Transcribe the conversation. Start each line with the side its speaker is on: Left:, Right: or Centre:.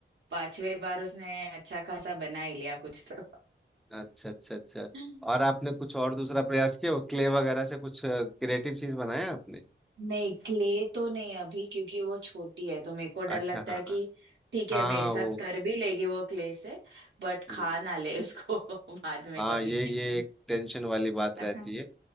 Right: पांचवें बार उसने अच्छा खासा बना ही लिया कुछ तो
Centre: अच्छा अच्छा अच्छा
Right: <laughs>
Centre: और आपने कुछ और दूसरा प्रयास किया वो क्ले वगैरह से कुछ क्रिएटिव चीज बनाया आपने
Right: नहीं क्ले तो नहीं अभी क्योंकि वो छोटी है तो मेरे को डर
Centre: अच्छा
Right: लगता
Centre: हाँ
Right: है कि
Centre: हाँ
Right: ठीक
Centre: हाँ
Right: है मेरे
Centre: हाँ,
Right: साथ
Centre: वो
Right: कर भी लेगी वो क्ले से बट
Centre: जी
Right: खा
Centre: जी
Right: ना ले उसको <laughs> बाद में
Centre: हाँ
Right: कभी
Centre: ये ये
Right: <laughs>
Centre: एक टेंशन वाली बात रहती
Right: हाँ
Centre: है